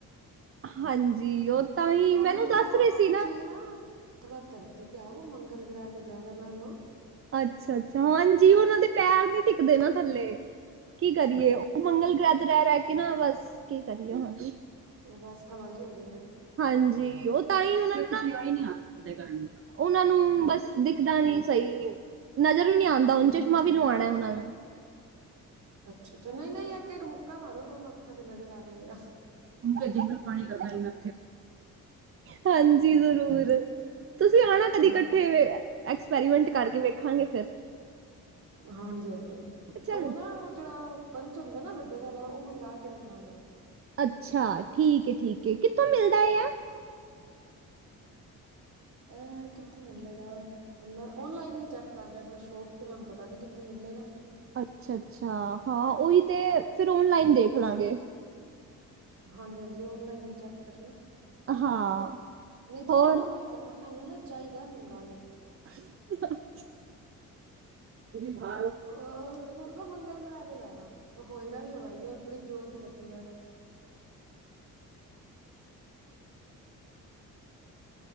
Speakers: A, on the right; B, on the right.
A: ਹਾਂਜੀ ਉਹ ਤਾਂ ਹੀ
B: ਉਹਨਾਂ
A: ਮੈਨੂੰ
B: ਨੂੰ
A: ਦੱਸ
B: ਕਹੋ
A: ਰਹੇ ਸੀ ਨਾ
B: ਤੁਸੀਂ ਥੋੜਾ ਧਰਤੀ ਤੇ ਆਓ ਮੰਗਲ ਗ੍ਰਹਿ ਤੇ ਜ਼ਿਆਦਾ ਨਾ ਰਹੋ
A: ਅੱਛਾ, ਅੱਛਾ ਹਾਂਜੀ ਉਹਨਾਂ ਦੇ ਪੈਰ ਨੀ ਟਿੱਕਦੇ ਨਾ ਥੱਲੇ ਕੀ ਕਰੀਏ ਉਹ ਮੰਗਲ ਗ੍ਰਹਿ ਤੇ ਰਹਿ ਰਹਿ ਕੇ ਨਾ ਬਸ ਕੀ ਕਰੀਏ ਹਾਂਜੀ
B: ਉਹ ਬਸ ਹਵਾਈ ਹੋ ਗਿਆ
A: ਹਾਂਜੀ ਉਹ ਤਾਂ ਹੀ ਉਹਨਾ ਨੂੰ ਹੀ ਨਹੀਂ ਆ ਨੂੰ ਉਹਨਾਂ ਨੂੰ ਬਸ ਦਿਖਦਾ ਨੀ ਸਹੀ ਨਜ਼ਰ ਵੀ ਨੀ ਆਉਂਦਾ
B: ਹੂੰ ਹੂੰ
A: ਚਸ਼ਮਾ ਵੀ ਲਵਾਉਣਾ ਉਹਨਾਂ ਨੂੰ
B: ਅੱਛਾ-ਅੱਛਾ ਨਹੀਂ-ਨਹੀਂ ਇੱਕ ਇੱਕ ਮੁੱਕਾ ਮਾਰੋ ਦੋਨੋ ਅੱਖਾਂ ਤੇ ਨਜ਼ਰ ਆ ਜਾਏਗਾ
A: ਉਨਕਾ ਜਿੰਗਲ ਪਾਣੀ ਕਰਨਾ ਹੀ ਮੈਂ ਹਾਂਜੀ ਜ਼ਰੂਰ ਤੁਸੀਂ ਆਉਣਾ ਕਦੀ
B: ਹਾਂ
A: ਇਕੱਠੇ ਐਕਸਪੈਰੀਮੈਂਟ ਕਰਕੇ ਵੇਖਾਂਗੇ ਫਿਰ
B: ਹਾਂਜੀ ਹਾਂਜੀ ਹਾਂ
A: ਚਲ
B: ਉਹ ਨਾ ਉਹ ਜਿਹੜਾ ਪੰਚ ਹੁੰਦਾ ਨਾ ਵੱਡੇ ਵਾਲਾ ਉਹ ਮੰਗ ਕੇ ਰੱਖਣਾ ਜਿਹੜਾ
A: ਅੱਛਾ ਠੀਕ ਹੈ ਠੀਕ ਕਿੱਥੋਂ ਮਿਲਦਾ ਏ ਆ
B: ਇਹ ਕਿੱਥੋਂ ਮਿਲੇਗਾ ਇਨਾ ਓਨਲਾਈਨ ਹੀ ਚੈੱਕ ਕਰ ਲੈਣਾ ਸ਼ੋਪ ਤੇ ਮੈਨੂੰ ਪਤਾ ਨੀ ਕਿੱਥੋਂ ਮਿਲ ਮਿਲੇਗਾ
A: ਅੱਛਾ ਅੱਛਾ ਹਾਂ ਉਹੀ ਤੇ ਫਿਰ ਓਨਲਾਈਨ ਦੇਖ ਲਾਂਗੇ
B: ਹਾਂਜੀ ਹਾਂਜੀ ਓਨਲਾਈਨ ਹੀ ਚੈੱਕ ਕਰਨਾ
A: ਹਾਂ
B: ਨਹੀਂ ਤਾਂ
A: ਹੋਰ
B: ਉਹਨਾਂ ਨੂੰ ਹੀ ਕਹਿਣਾ। ਮੈਨੂੰ ਨਾ ਚਾਹੀਦਾ ਮੰਗਾ ਲੋ
A: <unintelligible> ਤੁਸੀਂ ਬਾਹਰ ਹੋ
B: ਉਹਨਾ ਕੋ ਮੰਗਲ ਕਿਰਿਆ ਤੋਂ ਲੈਣਾ ਉਹ ਹੋਏਗਾ ਵੀ ਹਵਾਈ ਉਹ ਬੜੀ ਜ਼ੋਰ ਦੀ ਲੱਗੇਗਾ <inaudible>